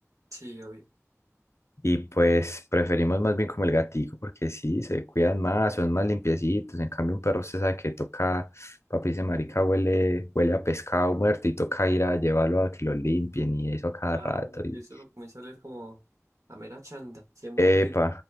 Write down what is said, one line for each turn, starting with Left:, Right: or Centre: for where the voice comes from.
Right: Sí, obvio.
Left: Y pues preferimos más bien como el gatico porque sí, se cuidan más, son más limpiecitos. En cambio un perro usted sabe que toca, papi dice marica, huele, huele a pescado muerto y toca ir a llevarlo a que lo limpien y eso a cada
Right: Claro,
Left: rato. Y...
Right: que eso comienza a oler como a mera chanda. Se mojan
Left: Epa.
Right: y